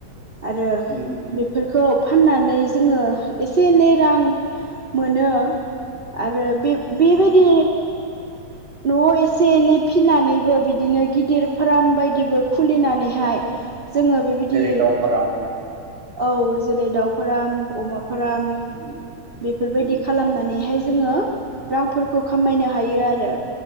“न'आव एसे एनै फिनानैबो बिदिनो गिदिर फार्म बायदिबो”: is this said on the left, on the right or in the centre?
Right